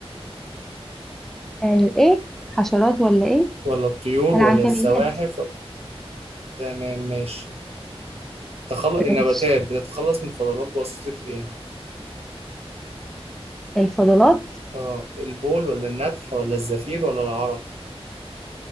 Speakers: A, in the centre; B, on the right (about 75°).
A: <laughs> ايه حشرات ولا ايه
B: ولا الطيور
A: العنكبيات
B: ولا الزواحف تمام ماشي تخلص
A: ماشي
B: النباتات بتتخلص من الفضلات بواسطة ايه؟
A: الفضلات
B: اه البول ولا النتح ولا الزفير ولا العرق؟